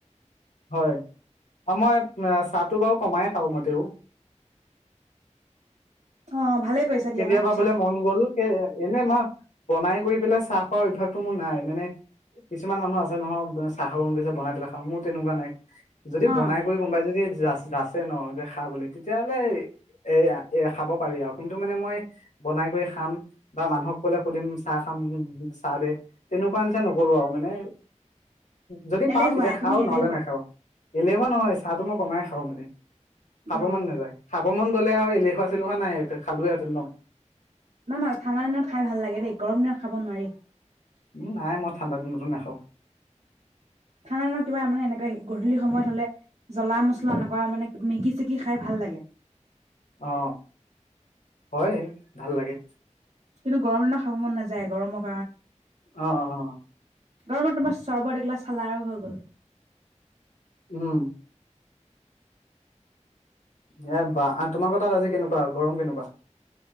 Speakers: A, on the left (about 75°); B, on the right (about 55°).
A: হয়, আৰু মই চাহটো বাৰু কমাই খাওঁ মতেও।
B: অ, ভালে। কৰিছা দিয়া
A: কেতিয়াবা
B: ইমান
A: বোলে
B: চাহ
A: মন গ'ল কে এনে মই বনাই কৰি পেলাই চাহ খোৱা অভ্যাস টো মোৰ নাই মানে কিছুমান মানুহ আছে নহয় চাহ খাব গৈছে বনাই পেলাই খা মোৰ তেনেকুৱা নাই। যদি
B: অ
A: বনাই কৰি কোনোবাই যদি যাচ যাচছে ন যে খা বুলি, তেতিয়া হলে এ-এয়া খাব পাৰি আও টো মানে, মই বনাই কৰি খাম বা মানুহক কলে সুধিম চাহ খাম, চাহ দে, তেনেকুৱা নিচিনা নকৰো আৰু মানে যদি
B: এলেহুৱা
A: পাওঁ, তেতিয়া খাওঁ,
B: তুমি এলেহুৱা
A: নহলে নেখাওঁ। এলেহুৱা নহয়, চাহটো মই কমাই খাও, মানে খাব
B: অ
A: মন নাযায়, খাবমান গ'লে আৰু এলে <unintelligible> নাই। খালো হেঁতেন ন।
B: না না ঠাণ্ডা দিনত খাই ভাল লাগে দেই, গৰম দিনত খাব নোৱাৰি
A: উম নাই, মই ঠাণ্ডা দিনতো নাখাওঁ।
B: ঠাণ্ডা দিনত, কিবা মানে এনেকুৱা গধূলি সময়ত হলে, জ্বলা মছলা এনেকুৱা মানে, মেগী চেগী খাই ভাল লাগে।
A: অ, হয়। ভাল লাগে।
B: কিন্তু গৰম দিনত খাব মন নাযায় গৰমত।
A: অ, অ, অ।
B: গৰমত তোমাৰ, চৰ্বত এইগিলাচ খালা আৰু হৈ গ'ল।
A: উম। এ, বা, তোমাৰোকৰ তাত আজি কেনেকুৱা, গৰম কেনেকুৱা?